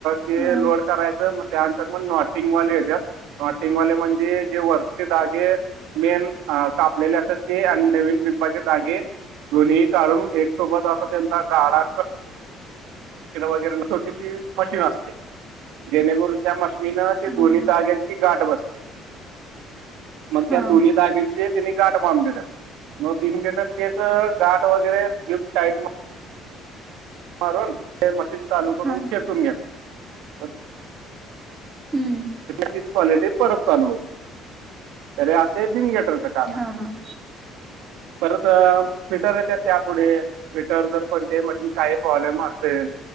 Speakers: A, on the right; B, on the right.
A: ते
B: हां,
A: लोड करायचं मग त्यानंतर मग नॉटिंगवाले येत्यात? नॉटिंगवाले म्हणजे जे वरचे धागे. मेन कापलेले असत्यात ते आणि नवीन बिंबाचे धागे. दोन्ही काढून एक सोबत असं त्यांचा गाडा <unintelligible> वगैरे छोटीशी मशीन असते. जेणेकरून त्या मशी निन त्या
B: हां,
A: दोन्ही धाग्यांची गाठ बसते,.. मग त्या
B: हां,
A: दोन्ही धाग ते त्यांनी गाठ मारून देतात मग बिम देतात तेच गाठ वगैरे टाईट म <inaudible> मारून ते मशीन चालू करून
B: हां,
A: खेचून घेतात.? मग
B: हं,
A: तिचं क्वालिटी परत चालू होते? तरी असे बिंब गेटर काम
B: हां,
A: आहे.
B: हां,
A: परत पिटर येत त्या पुुढे पीटर जर कोणत्याही मशीनच काही प्रॉब्लेम असेल